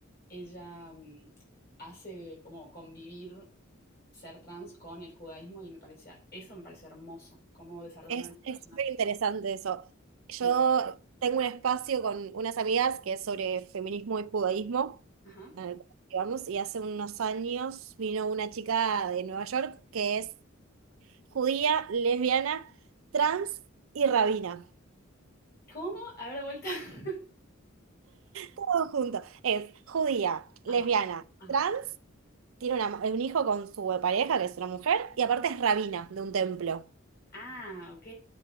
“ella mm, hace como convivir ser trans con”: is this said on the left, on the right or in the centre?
Left